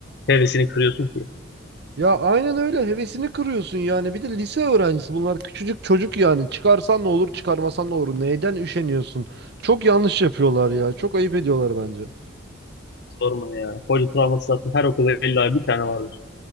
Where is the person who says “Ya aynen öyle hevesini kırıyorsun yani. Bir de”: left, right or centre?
Right